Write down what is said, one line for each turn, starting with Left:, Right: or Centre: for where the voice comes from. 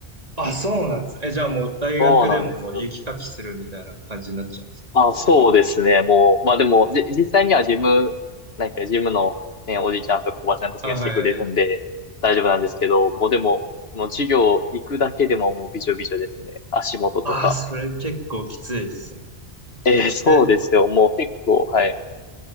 Right: あ、そうなんです。え、じゃあもう大学でももう雪かきするみたいな感じになっちゃうんですか
Left: そうなんですよ。あ、そうですね。もう、まあでも、じ、実際にはジム、なんかジムのね、おじいちゃんとかおばちゃんたちがしてくれるんで、
Right: あ、はいはいはい。
Left: 大丈夫なんですけど、もうでも、もう授業行くだけでももうびしょびしょですね。足元とか。
Right: ああ、それ結構きついですね。
Left: ええ、そうですよ。
Right: え、
Left: もう結構、はい。